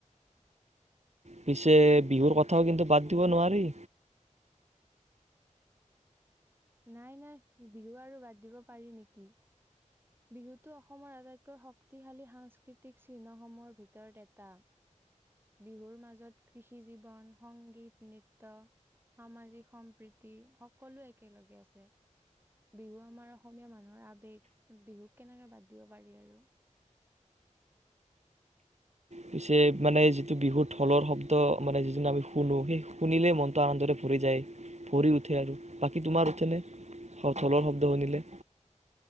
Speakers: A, on the right; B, on the right.
A: পিছে বিহুৰ কথাও কিন্তু বাদ দিব নোৱাৰি
B: নাই নাই বিহু আৰু বাদ দিব পাৰি নেকি বিহুটো অসমৰ আটাইতকৈ শক্তিশালী সাংস্কৃতিক চিহ্নসমূহৰ ভিতৰত এটা বিহুৰ মাজত কৃষি জীৱন সংগীত নৃত্য সামাজিক সম্প্ৰীতি সকলো এক একেলগে আছে বিহু আমাৰ অসমীয়া মানুহৰ আবেগ বিহুক কেনেকে বাদ দিব পাৰি আৰু
A: পিছে মানে যিটো বিহুত ঢোলৰ শব্দ মানে যি আমি শুনো সেই শুনিলেই মনটো আনন্দৰে ভৰি যায় ভৰি উঠে আৰু বাকী তোমাৰ উঠেনে ঢোলৰ শব্দ শুনিলে